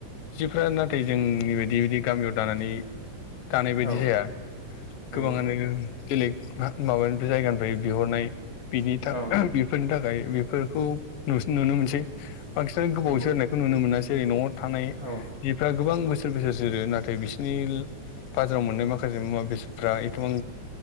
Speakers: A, on the left (about 85°); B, on the right (about 70°).
A: जिफोरा नाथाय जो जोंनि बायदि बिदि गामियाव दानानै दानाय बायदि
B: औ
A: जाया
B: नंगौ
A: गोबाङानो गेलेक माबानिफ्राय जायगानिफ्राय बिहरनाय बिनि था
B: औ
A: बेफोरनि थाखाय बेफोरखौ नुनो मोनसै बांसिनानो गोबाव
B: नंगौ
A: जोरनायखौ नुनो मोनासै न'आव थानाय
B: औ
A: जिफ्रा गोबां बोसोर-बोसोर जोरो नाथाय बिसोरनि बाजाराव मोननाय माखासे मुवा बेसादफ्रा एथबां